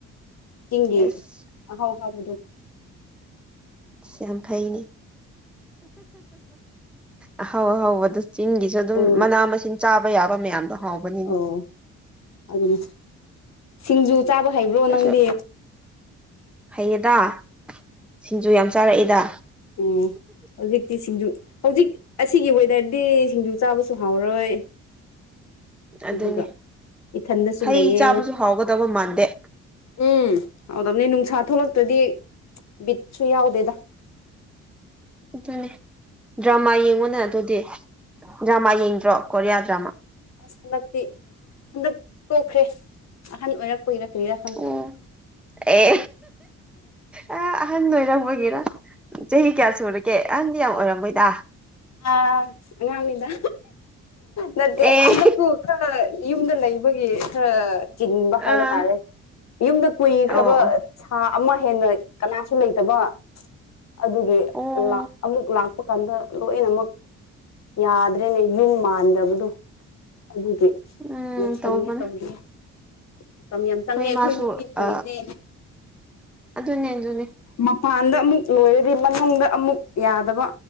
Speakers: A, on the left; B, in the centre.
A: ꯆꯤꯡꯒꯤ
B: ꯑꯦꯁ
A: ꯑꯥꯍꯥꯎ ꯑꯍꯥꯎꯕꯗꯨ꯫
B: ꯏꯁ ꯌꯥꯝ ꯐꯥꯏꯅꯦ꯫ ꯑꯍꯥꯎ ꯑꯍꯥꯎꯕꯗꯣ ꯆꯤꯡꯒꯤꯁꯨ ꯑꯗꯨꯝ
A: ꯑꯣ
B: ꯃꯅꯥ ꯃꯁꯤꯡ ꯆꯥꯕ ꯌꯥꯕ ꯃꯌꯥꯝꯗꯣ ꯍꯥꯎꯕꯅꯤꯅꯦ꯫
A: ꯑꯣ ꯑꯗꯨꯗ ꯁꯤꯡꯖꯨ ꯆꯥꯕ ꯍꯩꯕ꯭ꯔꯣ
B: ꯑꯩꯁꯨ
A: ꯅꯪꯗꯤ
B: ꯍꯩꯌꯦꯗ ꯁꯤꯡꯖꯨ ꯌꯥꯝ ꯆꯥꯔꯛꯏꯗ
A: ꯎꯝ ꯍꯧꯖꯤꯛꯇꯤ ꯁꯤꯡꯖꯨ ꯍꯧꯖꯤꯛ ꯑꯁꯤꯒꯤ ꯋꯦꯗꯔꯗꯤ ꯁꯤꯡꯖꯨ ꯆꯥꯕꯁꯨ ꯍꯥꯎꯔꯣꯏ
B: ꯑꯗꯨꯅꯤ
A: ꯑꯗꯨꯒ ꯏꯊꯟꯗꯁꯨ
B: ꯍꯩ
A: ꯂꯩꯌꯦ
B: ꯆꯥꯕꯁꯨ ꯍꯥꯎꯒꯗꯕ ꯃꯥꯟꯗꯦ
A: ꯎꯝ ꯍꯗꯕꯅꯦ ꯅꯨꯡꯁꯥ ꯊꯣꯛꯂꯛꯇ꯭ꯔꯗꯤ ꯕꯤꯠꯁꯨ ꯌꯥꯎꯗꯦꯗ
B: ꯑꯗꯨꯅꯦ ꯗ꯭ꯔꯃꯥ ꯌꯦꯡꯉꯣꯅꯦ ꯑꯗꯨꯗꯤ ꯗ꯭ꯔꯃꯥ ꯌꯦꯡꯗ꯭ꯔꯣ ꯀꯣꯔꯤꯌꯥ ꯗ꯭ꯔꯃꯥ
A: ꯑꯁ ꯍꯟꯗꯛꯇꯤ ꯍꯟꯗꯛ ꯇꯣꯛꯈ꯭ꯔꯦ ꯑꯍꯟ ꯑꯣꯏꯔꯛ <unintelligible>
B: ꯑꯣ ꯑꯦ ꯑ ꯑꯍꯟ ꯑꯣꯏꯔꯝꯕꯒꯤꯔ ꯆꯍꯤ ꯀꯌꯥ ꯁꯨꯔꯒꯦ ꯑꯍꯟ ꯌꯥꯝ ꯑꯣꯏꯔꯝꯕꯣꯏꯗ
A: ꯑꯉꯥꯡꯅꯤꯗ ꯅꯠꯇꯦ
B: ꯑꯦ
A: ꯃꯁꯛꯇꯨ ꯈꯔ ꯌꯨꯝꯗ ꯂꯩꯕꯒꯤ ꯈꯔ ꯆꯤꯟꯕ ꯍꯥꯏꯕ
B: ꯑꯥ
A: ꯇꯥꯔꯦ ꯌꯨꯝꯗ ꯀꯨꯏꯈ꯭ꯔꯕ
B: ꯑꯣ ꯑꯣ
A: ꯊꯥ ꯑꯃ ꯍꯦꯟꯅ ꯀꯅꯥꯁꯨ ꯂꯩꯇꯕ ꯑꯗꯨꯒꯤ
B: ꯑꯣ
A: ꯑꯃꯨꯛ ꯂꯥꯛꯄ ꯀꯥꯟꯗ ꯂꯣꯏꯅꯃꯛ ꯌꯥꯗ꯭ꯔꯦꯅꯦ ꯌꯨꯝ ꯃꯥꯟꯗꯕꯗꯣ ꯑꯗꯨꯒꯤ
B: ꯎꯝ
A: ꯂꯣꯏꯁꯟꯒꯦ
B: ꯇꯧꯕꯅꯦ
A: ꯇꯧꯒ ꯃꯇꯝ ꯌꯥꯝ ꯆꯪꯉꯦ
B: ꯍꯣꯏ
A: ꯑꯩꯈꯣꯏ
B: ꯃꯥꯁꯨ
A: ꯅꯨꯄꯤꯁꯤꯡꯒꯤꯗꯤ
B: ꯑ ꯑꯗꯨꯅꯦ ꯑꯗꯨꯅꯦ
A: ꯃꯄꯥꯟꯗ ꯑꯃꯨꯛ ꯂꯣꯏꯔꯗꯤ ꯃꯅꯨꯡꯗ ꯑꯃꯨꯛ ꯌꯥꯗꯕ